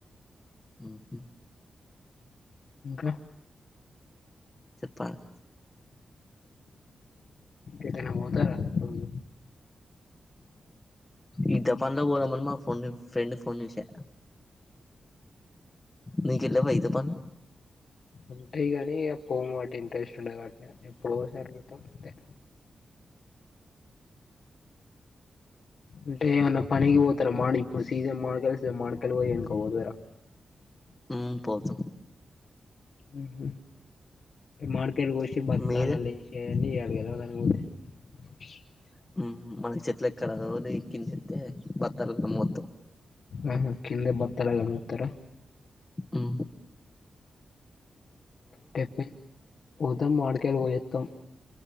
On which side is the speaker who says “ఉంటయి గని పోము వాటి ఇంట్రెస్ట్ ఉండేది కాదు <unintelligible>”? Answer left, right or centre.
Left